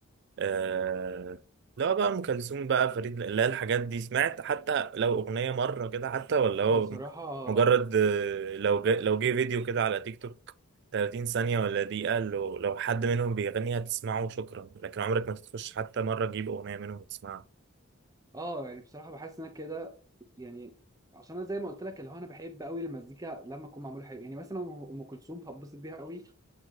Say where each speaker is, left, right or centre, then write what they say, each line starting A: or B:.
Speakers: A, on the right; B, on the right.
A: آه لا بقى ام كلثوم بقى فريد لا الحاجات دي سمعت حتى لو اغنيه مره كده حتى ولا هو
B: بصراحه
A: مجرد آه، لو جه لو جه فيديو كده على تيك توك 30 ثانيه ولا دقيقه لو لو حد منهم بيغني هتسمعه وشكرا لكن عمرك ما تخش حتى مره تجيب اغنيه منهم وتسمعها
B: اه يعني بصراحه بحس ان انا كده يعني عشان انا زي ما قلت لك اللي هو انا بحب قوي المزيكا لما اكون معموله حلو يعني مثلا ام كلثوم هتبسط بيها قوي